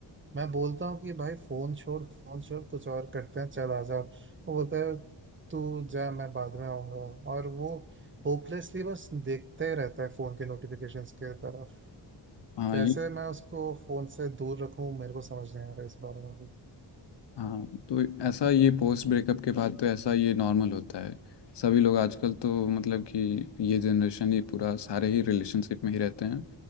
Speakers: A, on the right (about 25°); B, on the left (about 65°).
A: मैं बोलता हूँ कि भाई फोन छोड़ फोन छोड़ कुछ और करते हैं चल आ जाओ वो बोलता है तू जा मैं बाद में आऊंगा और वो होपलेसली बस देखता ही रहता है फोन के नोटिफिकेशंस के तरफ
B: हाँ
A: कैसे
B: ये
A: मैं उसको फोन से दूर रखूं मेरे को समझ नहीं आ रहा है इस बारे में भी
B: हाँ तो ऐसा ये पोस्ट ब्रेकअप के बाद तो ऐसा ये नॉर्मल होता है सभी लोग आजकल तो मतलब कि ये जनरेशन ही पूरा सारे ही रिलेशनशिप में ही रहते हैं